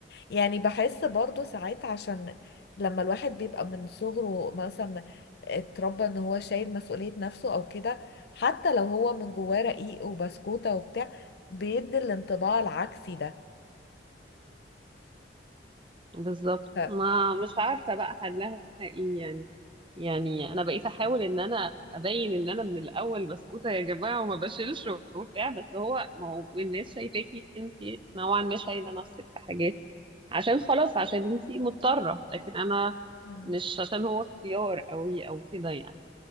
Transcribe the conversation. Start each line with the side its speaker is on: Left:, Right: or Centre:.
Left: يعني بحس برضو ساعات عشان لما الواحد بيبقى من صغره مثلا اتربى ان هو شايل مسؤولية نفسه او كده حتى لو هو من جواه رقيق وبسكوتة وبتاع بيدي الانطباع العكسي ده
Right: بالظبط
Left: ف...
Right: ما مش عارفة بقى حلها ايه يعني يعني انا بقيت احاول ان انا ابين ان انا من الاول بسكوتة يا جماعة وما بشيلش وبتاع بس هو ما هو الناس شايفاكي انت نوعا ما شايلة نفسك في حاجات عشان خلاص عشان انت مضطرة لكن انا
Left: مم.
Right: مش عشان هو اختيار قوي او كده يعني